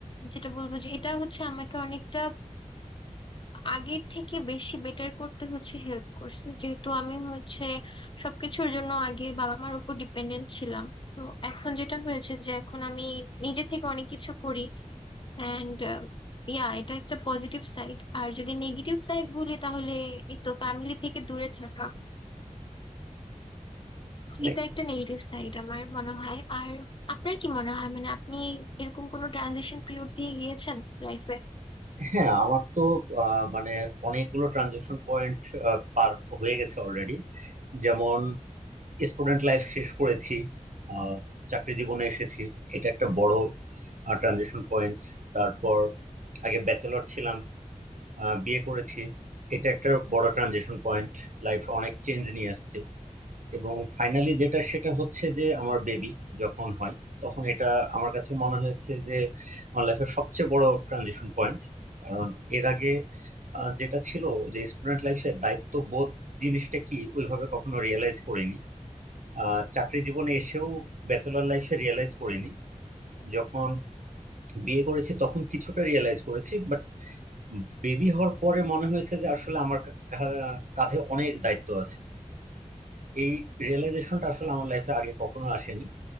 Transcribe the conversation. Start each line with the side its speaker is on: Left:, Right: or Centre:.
Left: যেটা বলবো যে এটা হচ্ছে আমাকে অনেকটা আগের থেকে বেশি বেটার করতে হচ্ছে হেল্প করছে যেহেতু আমি হচ্ছে সবকিছুর জন্য আগে বাবা মার উপর ডিপেন্ডেন্ট ছিলাম তো এখন যেটা হয়েছে যে এখন আমি নিজে থেকে অনেক কিছু করি অ্যান্ড ইয়া এটা একটা পজিটিভ সাইড আর যদি নেগেটিভ সাইড বলি তাহলে এই তো ফ্যামিলি থেকে দূরে থাকা
Right: মানে
Left: এটা একটা নেগেটিভ সাইড আমার মনে হয় আর আপনার কি মনে হয় মানে আপনি এরকম কোনো ট্রানজিশন পিরিয়ড দিয়ে গিয়েছেন লাইফে
Right: হ্যাঁ আমার তো আহ, মানে অনেকগুলো ট্রানজেকশন পয়েন্ট পার হয়ে গেছে অলরেডি যেমন স্টুডেন্ট লাইফ শেষ করেছি আহ, চাকরি জীবনে এসেছি এটা একটা বড় ট্রানজিশন পয়েন্ট তারপর আগে ব্যাচেলর ছিলাম আহ, বিয়ে করেছি এটা একটা বড় ট্রানজিশন পয়েন্ট লাইফ অনেক চেঞ্জ নিয়ে আসছে এবং ফাইনালি যেটা সেটা হচ্ছে যে আমার বেবি যখন হয় তখন এটা আমার কাছে মনে হয়েছে যে আমার লাইফের সবচেয়ে বড় ট্রানজিশন পয়েন্ট কারণ এর আগে আহ, যেটা ছিল যে স্টুডেন্ট লাইফে দায়িত্ব বোধ জিনিসটা কি ওইভাবে কখনো রিয়েলাইজ করিনি আহ চাকরি জীবনে এসেও ব্যাচেলর লাইফে রিয়েলাইজ করিনি যখন বিয়ে করেছি তখন কিছুটা রিয়েলাইজ করেছি বাট বেবি হওয়ার পরে মনে হয়েছে যে আসলে আমার কা- কা- কাঁধে অনেক দায়িত্ব আছে এই রিয়েলাইজেশনটা আসলে আমার লাইফে আগে কখনো আসেনি